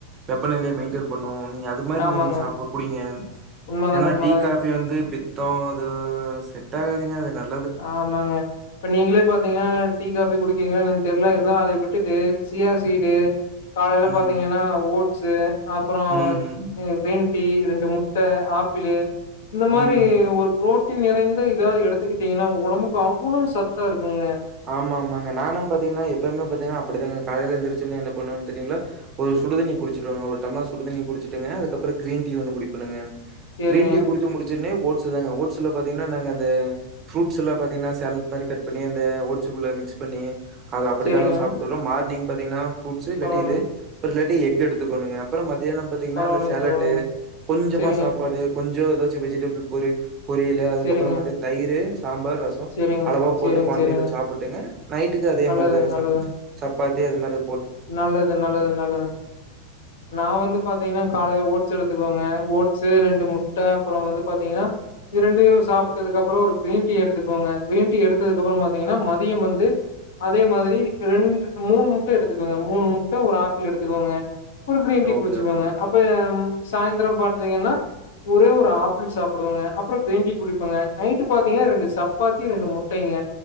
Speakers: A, on the right; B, on the left.
A: வெப்பநிலைய மெயின்டெயின் பண்ணு நீங்க அது மாரி
B: ஆமாங்க
A: நீங்க சாப்பு குடிங்க
B: உண்மதாங்க
A: ஏனா
B: உண்மதாங்க
A: டீ காஃபி வந்து த்தோ அது செட் ட்டாகாதுங்க அதுலா
B: ஆமாங்க ப்ப நீங்ளே பாத்தீங்னா டீ காபி குடுக்கீங்ளா எனன் தெர்ல இருந்தாலு அதை விட்டுட்டு சியா சீடு காலைல
A: ம்.
B: பாத்தீங்கன்னா ஓட் ஸு அப்றோ
A: ம்.
B: பீன் டீ ரெண்டு முட்ட ஆப்பிளு இந்த மாரி
A: ம்
B: ஒரு ப்ரோட் டி நிறைந்த இதா எடுத்துக்கிட் டீங்கனா ஒடம்புக்கு அவ்ளோ சத்தா இருக்குங்க
A: ஆமா அம்மாங்க நானு பாத்தீங்கனா எப்பயுமே பாத்தீங்னா அப்படிதங்க காலைல எந்துருச்சுனே என்ன பண்ணுவன் தெரியுங்ளா ஒரு சுடுதண்ணி குடிச்சுட்டுவங்க ஒரு டம்ளர் சுடுதண்ணி குடிச்சுட்டுங்க அதுக்கப்றோ கிரீன் டீ ஒன்னு குடிப்பண்ணுங்க
B: சேரிங்க
A: கிரீன் டீ குடிச்சி முடிச்சனேவ் ஓட்ஸு தாங்க ஓட்ஸுல பாத்தீங்னா நாங்க அந்த ஃப்ரூட்ஸ்ல பாத்தீங்னா சேல்ட் மாரி கட் பண்ணி அந் தே ஓட்ஸுகுள்ள மிக்ஸ் பண்ணி அத அப்படித்தாங்க
B: சேரிங்க
A: சாப்புட்டுறோ மார்னிங் பத்தீங்னா ஃப்ரூட்ஸு இல்லட்டி
B: பரவாயில்லைங்க
A: இது <unintelligible> எக் எடுத்துகொணுங்க அப்பறொ மக் தியானொ பாத்தீங்னா
B: பரவாயில்லைங்க
A: இந்த சேலட்டு
B: பரவாயில்லைங்க
A: கொஞ்சமா
B: சேரிங்க
A: சாப்பாடு கொஞ் ஜோ எதாச்சு வெஜிடபுல் பொரி பொரியலு அதுக்கப்றொ
B: சேரிங்க
A: பாத்தீங் தயிரு சாம்பார் ரசொம்
B: சேரிங்க
A: அளவா
B: சேரிங்க
A: போட்டு பான்
B: சேரிங்க
A: இதுல சாப்புட்டுங்க நைட்டுக்கு அதே
B: நல்லது
A: மெரி தாங்க
B: நல்லது
A: சப்த்து சப் பாத்தி அது மெரு
B: நல்லது நல்லது நல்லது நா வந்து பாத்தீங்னா காலைல ஓட் சொடுத்துகோங்க ஓட்ஸீ ரெண்டு முட்ட அப்றொ வந்து பாத்தீங்னா இரண்டயும் சாப்ட்டதுக் அப் ப்றோ ஒரு கிரீன் டீ எடுத்துக்கோங்க கீரீன் எடுத்ததுக் அப்றொ பாத்தீங்கனா மதியம் வந்து அதே மாதுரி ரெண்டு மூணு முட்ட எடுத் துகோங்க மூணு முட்ட ஒரு ஆப்பிள் எடுத்துக்கோங்க ஒரு கிரீன் டீ
A: ஓகே
B: குடிச்சிகோங்க
A: ஓகே
B: அப்ப யம் சாய்ந்ரம் பார்த்தீங்கனா ஒரே ஒர் ஆப்பிள் சாப்புடுவங்க அப்றொ கிரீன் டீ குடிப்பாங்க நைட்டு பாத்தீங்னா ரெண்டு சப் பாத்தி ரெண்டு முட்டைங்க